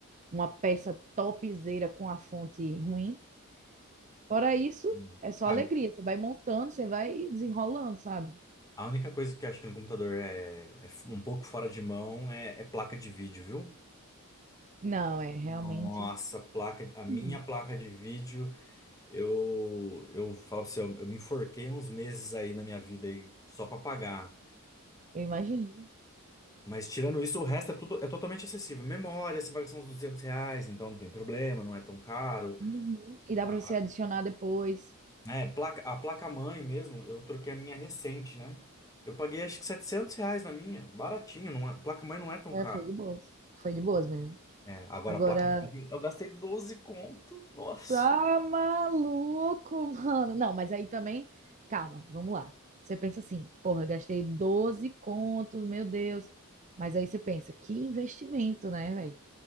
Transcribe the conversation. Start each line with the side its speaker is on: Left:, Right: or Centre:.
Right: uma peça topzera com a fonte ruim. Fora isso,
Left: Hum.
Right: é só
Left: A,
Right: alegria. Você vai montando, você vai desenrolando, sabe?
Left: a única coisa que eu acho que no computador é, é f- um pouco fora de mão é, é placa de vídeo, viu?
Right: Não, é realmente.
Left: Nossa, placa, a minha
Right: Hum,
Left: placa de vídeo, eu eu falo pra você, eu, eu me enforquei uns meses aí na minha vida aí só pra pagar.
Right: eu imagino.
Left: Mas tirando isso, o resto é tudo é totalmente acessível. Memória, você vai gastar uns 200 reais, então não tem problema, não é tão caro.
Right: Uhum. E dá
Left: Ah,
Right: para você adicionar depois.
Left: É, placa, a placa-mãe mesmo, eu troquei a minha recente, né? Eu paguei acho que 700 reais na minha, baratinho, não é- placa-mãe não é tão
Right: É,
Left: cara.
Right: foi de boas. Foi de boas mesmo.
Left: É, agora
Right: Agora,
Left: a placa de vídeo, eu gastei 12 conto, nossa.
Right: Tá maluco, <laughs> mano. Não, mas aí também, calma, vamos lá. Você pensa assim, porra, gastei 12 contos, meu Deus. Mas aí você pensa, que investimento, né, velho?